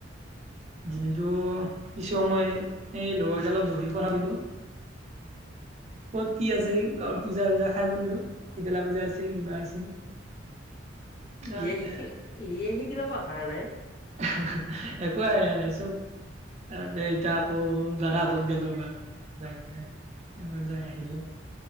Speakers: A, on the right; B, on the left.
A: দিনটো কিছু সময় এই লগৰ এটা লগত বহি কথা দিলোঁ। ক'ত কি আছে?
B: উম
A: পূজা চুজা খাই <unintelligible> চিতলা পূজা আছিল কিবা আছিল। তাৰপে
B: ইয়েহি ইয়েহি সি <unintelligible>
A: <unintelligible> <unintelligible> এ যাই আহিলো
B: উম